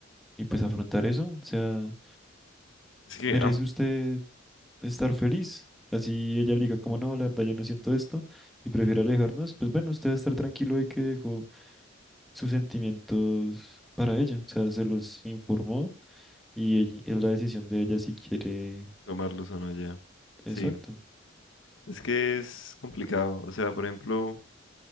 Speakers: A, in the centre; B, on the left.
A: y pues afrontar eso. O sea,
B: Es que,
A: merece
B: am-
A: usted. estar feliz. Así ella le diga, como no, la verdad yo no siento esto y prefiere alejarnos, pues bueno, usted va a estar tranquilo de que dejó sus sentimientos para ella, o sea, se los informó y ell- es la decisión de ella si quiere.
B: tomarlos o no ya,
A: Exacto.
B: sí, es que es complicado, o sea, por ejemplo,